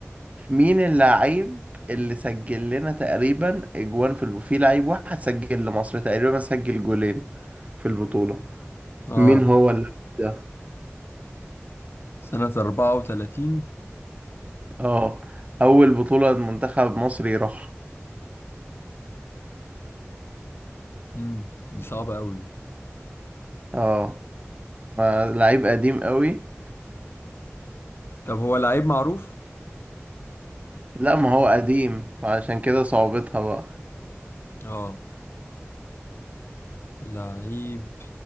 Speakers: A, on the right; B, on the left.
A: مين اللاعب اللي سجل لنا تقريبا أجوان في الب... في لعيب واحد سجل لمصر تقريبا سجل جولين في البطولة
B: أه
A: مين هو اللاعب ده؟
B: سنة 34
A: اه أول بطولة منتخب مصر يروح
B: امم دي صعبة أوي
A: اه فلعيب قديم قوي
B: طب هو لعيب معروف؟
A: لا ما هو قديم فعشان كده صعوبتها بقى
B: أه لعيب